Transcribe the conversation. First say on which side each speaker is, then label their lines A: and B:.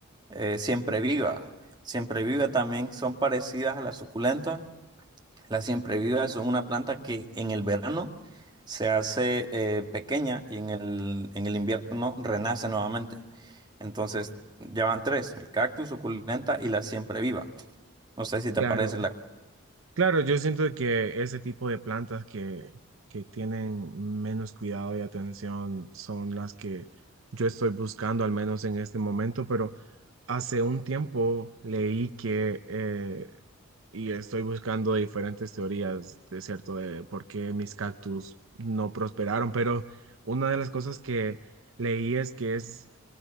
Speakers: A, on the right; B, on the right.
A: eh, siempre viva. Siempre viva también son parecidas a la suculenta las siemprevivas son una planta que en el verano se hace eh, pequeña y en el, en el invierno renace nuevamente. Entonces, ya van tres, el cactus, suculenta y la siempreviva. No sé si te
B: Claro.
A: parece la
B: Claro, yo siento que ese tipo de plantas que, que tienen menos cuidado y atención son las que yo estoy buscando, al menos en este momento, pero hace un tiempo leí que eh, y estoy buscando diferentes teorías, de cierto, de por qué mis cactus no prosperaron, pero una de las cosas que leí es que es